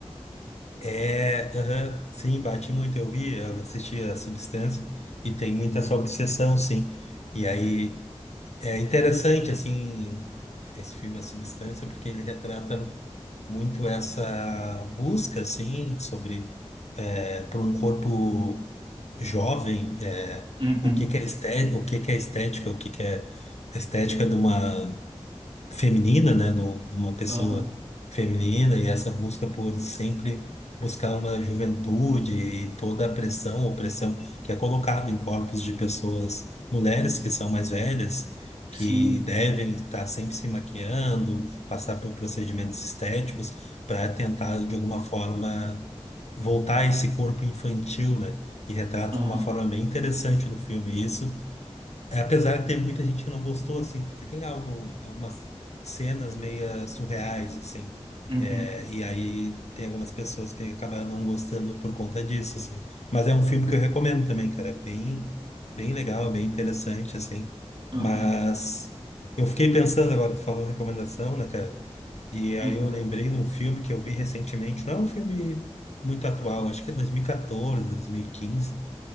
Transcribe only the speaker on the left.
É, aham, sim, bate muito. Eu vi, eu assisti a Substância e tem muita essa obsessão, sim. E aí é interessante, assim, esse filme A Substância, porque ele retrata muito essa busca, assim, sobre é, para um corpo jovem, é,
o que que é estética, o que que é estética, o que que é a estética de uma feminina, né, no- numa pessoa
feminina e essa busca por sempre buscar uma juventude e toda a pressão, opressão que é colocada em corpos de pessoas, mulheres que são mais velhas,
que devem estar sempre se maquiando, passar por procedimentos estéticos para tentar de alguma forma voltar a esse corpo infantil, né? E retrata
de uma forma bem interessante no filme isso é, apesar que teve muita gente que não gostou, assim, porque tem algo, algumas cenas meio surreais, assim.
É, e aí tem algumas pessoas que acabaram não gostando por conta disso, assim. Mas é um filme que eu recomendo também, cara. É bem, bem legal, bem interessante, assim.
Mas eu fiquei pensando agora, tu falou recomendação, né, cara? E aí
eu lembrei num filme que que eu vi recentemente não é um filme muito atual acho que é dois mil e quatorze, dois mil mil quinze